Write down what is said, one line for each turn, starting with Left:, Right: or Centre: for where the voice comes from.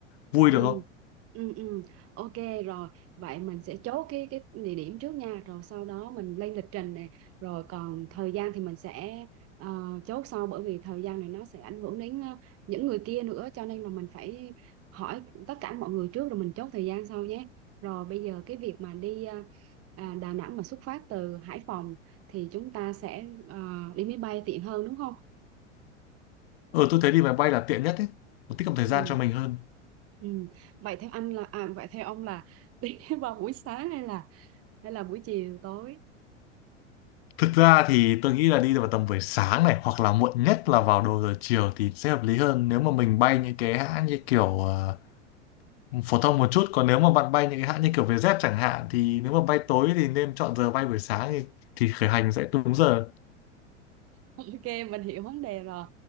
Left: vui
Right: Ừ.
Left: được không
Right: Ừ, ừ. Ok rồi vậy mình sẽ chốt cái cái địa điểm trước nha rồi sau đó mình lên lịch trình nè rồi còn thời gian thì mình sẽ ờ, chốt sau bởi vì thời gian này nó sẽ ảnh hưởng đến ờ, những người kia nữa cho nên là mình phải hỏi tất cả mọi người trước rồi mình chốt thời gian sau nhé rồi bây giờ cái việc mà đi ờ, à, Đà Nẵng mà xuất phát từ Hải Phòng thì chúng ta sẽ ờ, đi máy bay tiện hơn đúng không?
Left: Ờ tôi thấy đi máy bay là tiện nhất ấy Nó tiết kiệm thời
Right: Ừ.
Left: gian cho mình hơn
Right: Ừ. Vậy theo anh là à, vậy theo ông là <laughs> đi vào buổi sáng hay là hay là buổi chiều tối
Left: Thực ra thì tôi nghĩ là đi vào tầm buổi sáng này Hoặc là muộn nhất là vào đầu giờ chiều Thì sẽ hợp lý hơn nếu mà mình bay những cái hãng như kiểu ờ, phổ thông một chút còn nếu mà bạn bay những cái hãng như kiểu Vietjet chẳng hạn thì nếu mà bay tối thì nên chọn giờ bay buổi sáng thì, thì khởi hành sẽ đúng giờ
Right: <laughs> ok mình hiểu vấn đề rồi